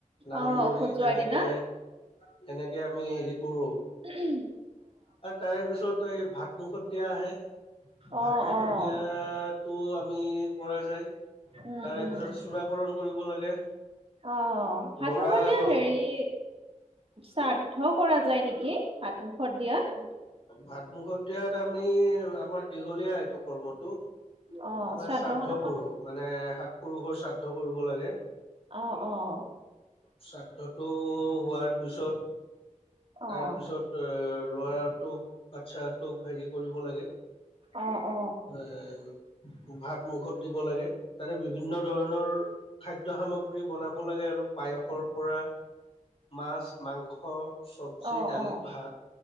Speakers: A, on the left; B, on the right.
A: নাম
B: অ',
A: ধৰি
B: ঔষধ যোৱাৰ
A: তেনেকে।
B: দিনা
A: তেনেকে আমি হেৰি কৰো।
B: উম।
A: আৰু তাৰে পিছত এই ভাত মুখত দিয়া আহে,
B: অ',
A: ভাত মুখত
B: অ',
A: দিয়াত। টো আমি কৰা যায়,
B: উম,
A: তাৰে
B: উম,
A: পিছত চূড়াকণ কৰিব লাগে।
B: অ' ভাত
A: লৰা
B: মুখৰ দিয়াত
A: হ'ল
B: হেৰি। শ্ৰাদ্ধ কৰা যায় নেকি, ভাত মুখত দিয়াত।
A: ভাত মুখত দিয়াত আমি আমাৰ দীঘলীয়া এইটো কৰ্মটো।
B: অ',
A: আমাৰ
B: শ্ৰাদ্ধখন
A: শ্ৰাদ্ধ
B: অকণ
A: পৰুষ মানে, সাত পুৰুষৰ শ্ৰাদ্ধ কৰিব লাগে।
B: অ' অ' অ''।
A: শ্ৰাদ্ধটো হোৱাৰ পিছত।
B: অ',
A: তাৰ পিছত, এ' লৰাটোক বাচ্ছাটোক হেৰি কৰিব লাগে।
B: অঁ অঁ।
A: এ' ভাত মুখত দিব লাগে, তাতে বিভিন্ন ধৰণৰ। খাদ্য সামগ্ৰী বনাব লাগে আৰু। পায়সৰ পৰা, মাছ মাংস চব্জি
B: অ',
A: দালি ভাত।